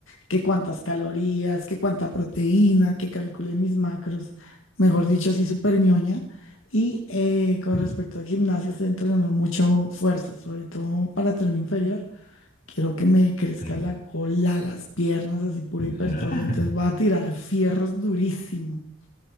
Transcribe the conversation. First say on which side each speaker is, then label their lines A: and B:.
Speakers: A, on the left; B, on the left.
A: que cuántas calorías, que cuánta proteína, que calculé mis macros, mejor dicho, así súper ñoña. Y eh, con
B: Sí,
A: respecto al gimnasio, estoy entrenando mucho fuerza, sobre todo para tren inferior. Quiero que me crezca
B: sí.
A: la cola, las piernas, así pura
B: <laughs>
A: hipertrofia, entonces voy a
B: Ah,
A: tirar fierros durísimo.